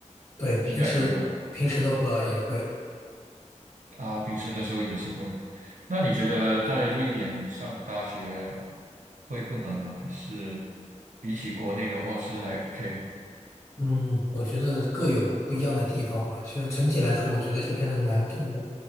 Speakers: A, on the left; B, on the right.
A: 对，平时平时的话也会。
B: 应该会吧。啊，平时的时候也是会。那你觉得在瑞典上大学会困难吗？还是比起国内的话是还 OK 的？
A: 嗯，我觉得各有不一样的地方吧。其实整体来说，我觉得这边的难度